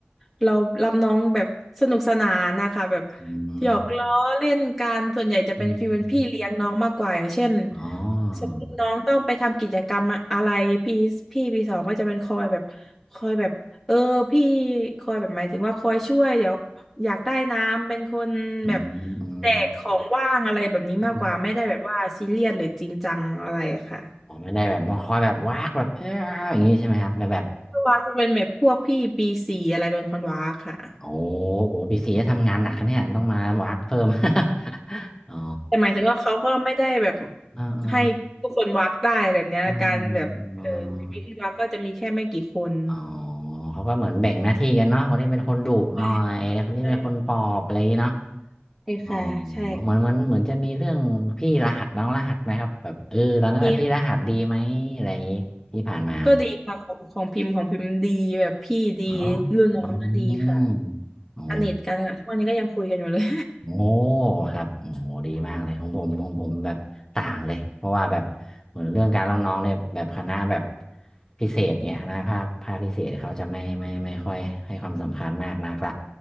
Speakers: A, in the centre; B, on the left.
A: เรารับน้องแบบสนุกสนานนะคะแบบ
B: อืม
A: หยอกล้อเล่นกันส่วนใหญ่จะเป็นฟีลเป็นพี่เลี้ยงน้องมากกว่าอย่างเช่น
B: อืมอมอ๋อ
A: สมมติน้องต้องไปทำกิจกรรมอะไรพี่พี่ปีสองก็จะเป็นคอยแบบคอยแบบ เออพี่คอยแบบหมายถึงว่าคอยช่วยเดี๋ยวอยากได้น้ำเป็นคนแบบ
B: อืมอืมอืม
A: แจกของว่างอะไรแบบนี้มากกว่าไม่ได้แบบว่าซีเรียสหรือจริงจังอะไรอะค่ะ
B: อมอ๋อไม่ได้แบบมาคอยแบบวากแบบเอออย่างนี้ใช่ไหมครับแต่แบบ
A: เพรวาจะเป็นแบบพวกพี่ปีสี่อะไรเป็นคนวักค่ะ
B: โอ้โหพี่สีจะทำงานหนักนะเนี่ยต้องมาวากเพิ่ม <laughs> อ๋อ
A: แต่หมายถึงว่าเขาก็ไม่ได้แบบ
B: อ่าอ่า
A: ให้ทุกคนวักได้อะไรแบบเนี้ยการแบบเออมีพี่วักก็จะมีแค่ไม่กี่คน
B: อ่าอ่าอ่าอ๋อเขาก็เหมือนแบ่งหน้าที่กันเนาะคนนี้เป็นคนดุหน่อยแลคนนี้เป็นคนปลอบอะไรอย่างงี้เนาะ
A: ใช่ใช่ใช่ค่ะใช่
B: อ๋อเหมือนมันเหมือนจะมีเรื่องพี่รหัสน้องรหัสไหมครับแบบเออตอนนั้นแบบพี่รหัสดีไหมอะไรอย่างนี้ที่ผ่านมา
A: นี่ก็ดีค่ะของของพิมพ์ของพิมพ์ดีแบบพี่ดี
B: อ๋อ
A: รุ่นน้องก็ดีค่ะ
B: อืมอ๋อ
A: สนิทกันค่ะทุกวันนี้ก็ยังคุยกันอยู่เลย
B: โอ้ครับโอ้ดีมากเลยของผมของผมแบบต่างเลยเพราะว่าแบบเหมือนเรื่องการเล่าน้องเนี่ยแบบคณะแบบพิเศษเงี้ยคณะภาคภาคพิเศษเขาจะไม่ไม่ไม่ค่อยให้ความสำคัญมากนักละ